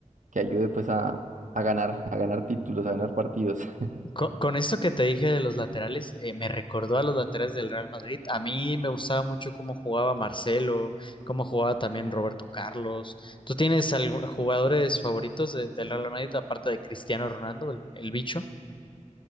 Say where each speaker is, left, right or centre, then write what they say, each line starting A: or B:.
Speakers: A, on the right; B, on the left.
A: que ayude pues a, a ganar, a ganar títulos, a ganar partidos. <laughs>
B: Con, con esto que te dije de los laterales, eh, me recordó a los laterales del Real Madrid. A mí me gustaba mucho cómo jugaba Marcelo, cómo jugaba también Roberto Carlos. ¿Tú tienes algo- jugadores favoritos de- del Real Madrid aparte de Cristiano Ronaldo, el, el bicho?